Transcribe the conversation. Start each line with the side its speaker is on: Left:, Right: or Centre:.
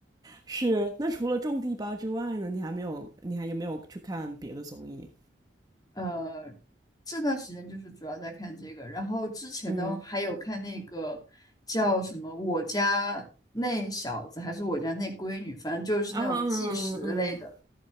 Right: 是。那除了种地吧之外呢，你还没有，你还有没有去看别的综艺？
Left: 呃，这段时间就是主要在看这个，然后之前呢还有看那个叫什么《我家那小子》还是《我家那闺女》，
Right: 嗯
Left: 反正就是那种纪实类的。
Right: 啊嗯嗯嗯嗯